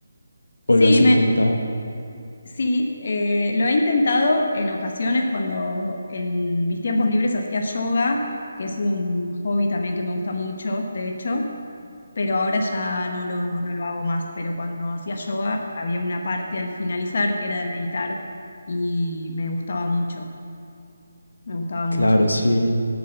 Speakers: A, on the left; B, on the left.
A: Sí,
B: o lo has
A: me,
B: intentado?
A: Sí, eh, lo he intentado en ocasiones cuando en mis tiempos libres hacía yoga, que es un hobby también que me gusta mucho, de hecho, pero ahora ya no lo, no lo hago más. Pero cuando hacía yoga había una parte al finalizar que era de meditar y me gustaba mucho, me gustaba
B: Claro,
A: mucho.
B: sí.